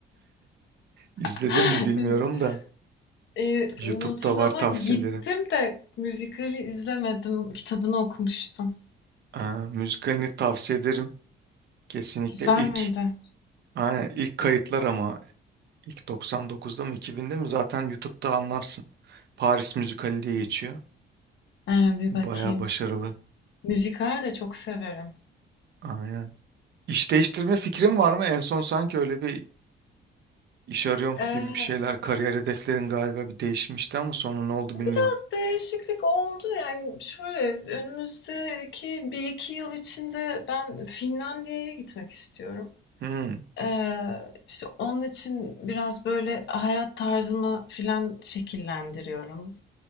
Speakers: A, on the right; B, on the left.
A: İzledin
B: <laughs>
A: mi bilmiyorum da.
B: Eee,
A: YouTube'da
B: Notre Dame'a
A: var tavsiye
B: gittim
A: ederim.
B: de müzikali izlemedim. Kitabını okumuştum.
A: Aa, müzikalini tavsiye ederim. Kesinlikle
B: Güzel
A: ilk.
B: miydi?
A: Aynen, ilk kayıtlar ama ilk 99'da mı 2000'de mi zaten YouTube'da anlarsın. Paris müzikali diye geçiyor.
B: Ee, bir
A: Baya
B: bakayım.
A: başarılı.
B: Müzikal de çok severim.
A: Aynen. İş değiştirme fikrin var mı? En son sanki öyle bir İş arıyorum
B: Ee,
A: gibi bir şeyler. Kariyer hedeflerin galiba bir değişmişti ama sonra ne oldu bilmiyorum.
B: biraz değişiklik oldu yani şöyle önümüzdeki bir iki yıl içinde ben Finlandiya'ya gitmek istiyorum.
A: Hmm,
B: Ee, işte onun için biraz böyle hayat tarzımı filan şekillendiriyorum.